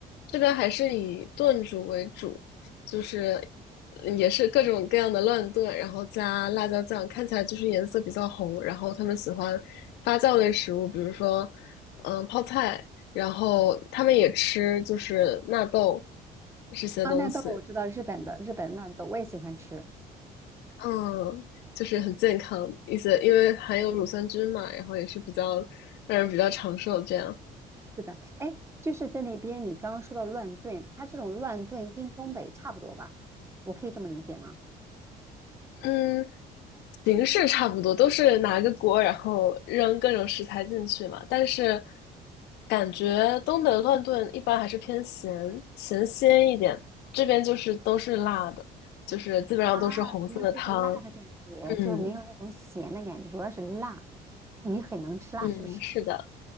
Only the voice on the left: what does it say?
这边还是以炖煮为主，就是也是各种各样的乱炖，然后加辣椒酱，看起来就是颜色比较红。然后他们喜欢发酵类食物，比如说嗯泡菜。然后他们也吃就是纳豆这些东西，
嗯，就是很健康一些，因为含有乳酸菌嘛，然后也是比较让人比较长寿这样。
嗯，形式差不多，都是拿个锅，然后扔各种食材进去嘛。但是感觉东北乱炖一般还是偏咸，咸鲜一点，这边就是都是辣的，就是基本上都是红色的汤。
嗯
嗯，是的。